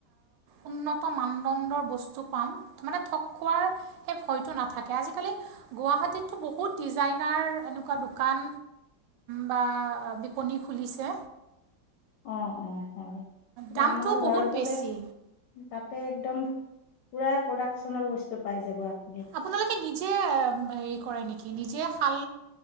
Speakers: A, on the right; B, on the left.
A: উন্নত মানদণ্ডৰ বস্তু পাম। মানে ঠগখোৱাৰ সেই ভয়টো নাথাকে আজি গুৱাহাটীতটো বহুত ডিজাইনাৰ এনেকুৱা দোকান বা বিপণী খুলিছে।
B: অ', অ' হয়।
A: দামটো
B: আমাৰ ঘৰত
A: বহুত
B: গ'লে
A: বেছি
B: তাতে একদম পুৰা প্ৰডাকচনৰ বস্তু পাই যাব আপ
A: আপোনালোকে নিজে হেৰি কৰে নেকি নিজে খাল